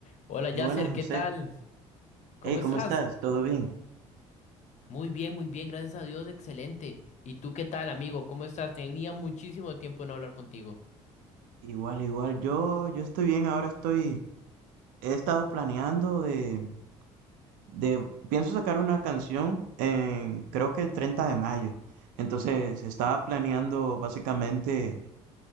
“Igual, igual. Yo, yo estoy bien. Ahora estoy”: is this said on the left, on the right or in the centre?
Right